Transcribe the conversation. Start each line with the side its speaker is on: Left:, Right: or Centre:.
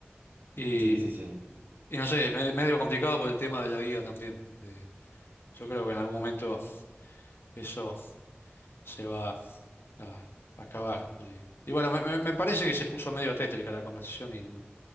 Left: Y,
Right: Sí, sí, sí.
Left: y no sé, me- medio complicado por el tema de la vida también. Eh, yo creo que en algún momento eso se va a acabar. Y, y bueno, me, me- me parece que se puso medio tétrica la conversación y no,